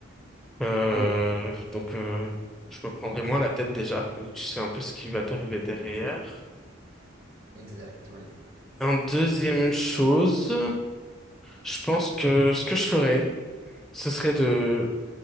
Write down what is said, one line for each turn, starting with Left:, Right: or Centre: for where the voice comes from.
Centre: Euh,
Right: Donc,
Centre: donc, euh, je me prendrai moins la tête déjà, vu que tu sais un peu ce qui va t'arriver derrière.
Right: exact, oui.
Centre: En deuxième chose, je pense que ce que je ferais, ce serait de,